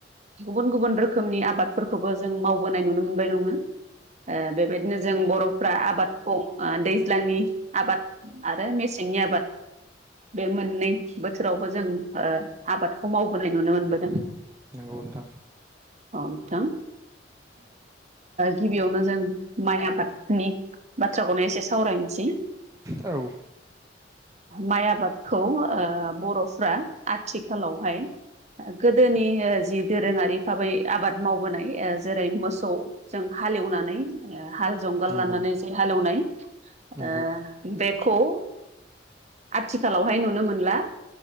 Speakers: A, on the right; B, on the right.
A: गुबुन गुबुन रोखोमनि आबादफोरखौबो जों मावबोनाय नुनो मोनबाय दङो। बेबायदिनो जों बर' फ्रा आबादखौ दैज्लांनि आबाद आरो मेसेंनि आबाद बे मोननै बोसोरावबो जों आबादखौ मावबोनाय नुनो मोनबोदों।
B: नंगौ नोंथां
A: अ नोंथां। गिबियावनो जों माइ आबादनि बाथ्राखौनो एसे सावरायनोसै
B: औ।
A: माइ आबादखौ बर'फ्रा आथिखालावहाय। गोदोनि जि दोरोंङारि भाबै आबाद मावबोनाय जेरै- मोसौ जों हालेवनानै हाल जुंगाल
B: नंगौ
A: लानानै जो हालेवनाय
B: नंगौ
A: ओ बेखौ आथिखालावहाय नुनो मोनला।